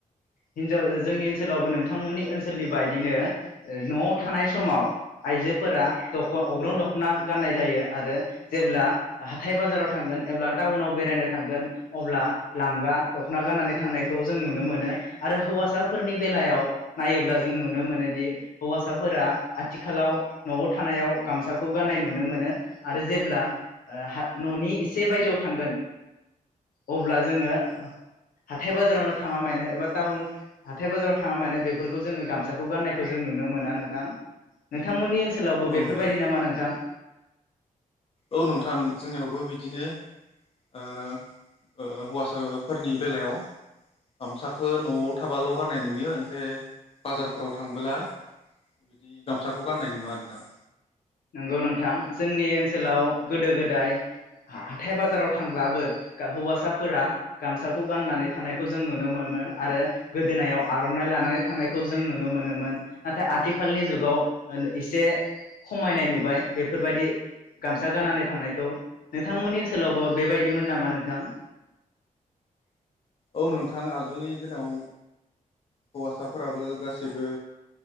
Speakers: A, on the left; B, on the left.
A: हिनजाव जोंनि ओनसोलावबो नोंथांमोननि ओनसोलनि बायदिनो न'आव थानाय समाव आइजोफोरा दख अग्रं दख'ना गाननाय जायो आरो जेब्ला हाथाय बाजाराव थांगोन एब्ला टाउनाव बेरायनो थांगोन अब्ला लांगा दख'ना गाननानै थांनायखौ जों नुनो मोनो आरो हौवासाफोरनि बेलायाव नायोब्ला जों नुनो मोनोदि। हौवासाफोरा आथिखालाव न'आव थानायाव गामसाखौ गाननाय नुनो मोनो आरो जेब्ला आ हा न'नि एसे बायजोआव थांगोन अब्ला जोङो हाथाय बाजारावनो थाङा मानो एबा टाउन हाथाय बाजाराव थाङा मानो बेफोरखौ जोङो गामसाखौ गाननाय खौजों नुनो मोना नोंथां नोंथांमोननि ओनसोलावबो
B: औ
A: बेफोरबायदि
B: नोंथां
A: नामा नोंथां?
B: औ नोंथां जोंनियावबो बिदिनो आ ओ हौवासाफोरनि बेलायाव गामसाखौ न'आव थाबाल' गानाय नुयो। हे बाजार फोराव थांबोला दि गामसाखौ गान्नाय नुवा नोंथां।
A: नंगौ नोंथां जोंनि ओनसोलाव गोदो गोदाय हाथाय बाजाराव थांब्लाबो हौवासाफोरा गामसाखौ गाननानै थांनायखौ जों नुनो मोनोमोन। आरो गोदोनायाव आर'नाइ लानानै थांनायखौ जों नुनो मोनोमोन। नाथाय आथिखालनि जुगाव एसे खमायनाय नुबाय बेफोरबायदि गामसा गानानै थांनायखौ। नोंथांमोननि ओनसोलावबो बेबायदिमोन नामा नोंथां?
B: औ नोंथां आगोलनि दिनाव हौवासाफोराबो गासैबो